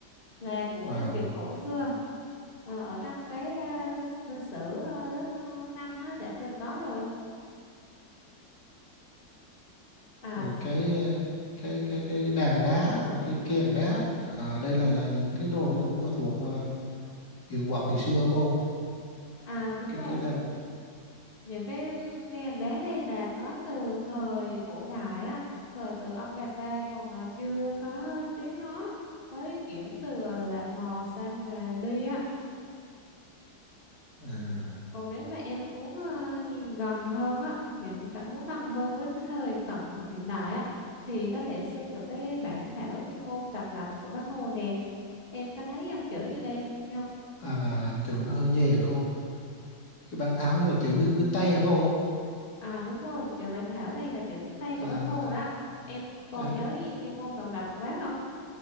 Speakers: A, on the left (about 25°); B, on the left (about 55°).
A: là của
B: vào
A: người Việt cổ xưa Ờ, ở trong cái à, lớp lịch sử à, lớp à, 5 á đã cần có rồi à
B: rồi cái ờ, cái cái cái đàn đá rồi cái kèn đá à, đây là là những cái đồ đấy cũng là thuộc ờ, hiện vật ngày xưa hả cô
A: à đúng
B: cái
A: rồi
B: cái đàn
A: những cái ly hàng đá này là có từ thời cổ đại á thời từ ông bà ta còn à, chưa có tiếng Hán mới chuyển từ à, là bò sang mà đi á
B: à,
A: ừ. còn nếu mà em muốn à, nhìn gần hơn á những cảm muốn gần hơn với cái thời cận hiện đại á thì có thể xem được cái bản thảo tuyên ngôn độc lập của Bác Hồ nè em có thấy dòng chữ gì đây không
B: à, chữ nó hơi nhè cô cái bàn tháo đó là chữ viết viết tay hả cô
A: À đúng rồi, chữ bản thảo này là chữ viết tay
B: à,
A: của bác Hồ đó. Em còn
B: cái
A: nhớ gì tuyên ngôn độc lập của bác không?